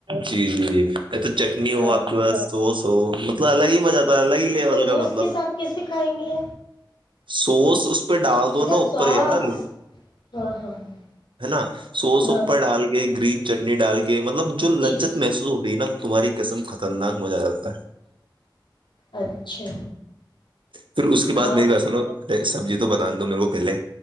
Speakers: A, on the right; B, on the left.
A: جی جی ا تو چٹنی ہو
B: ہاں
A: آپ کے پاس سو سو مطلب الگ ہی جاتا ہے الگ ہی لیول
B: تو
A: کا مطلب
B: اس کے ساتھ کیسے کھائیں گے
A: سوس اس پہ ڈال دو
B: اچھا
A: نا اوپر
B: سوس
A: یار
B: ہاں ہاں ہاں
A: ہے نا سوس اوپر
B: ہاں
A: ڈال گ گرین چٹنی ڈال کے مطلب جو
B: جی
A: لچت
B: جی جی
A: محس ہو رہی نا تمہاری قسم خھ خطرناک مزہ کرتا ہے
B: اچھا
A: پھر اس کے بعد
B: ہاں
A: میری بسن ہو ارے سبزی تو بنا دو میرے کو پہلے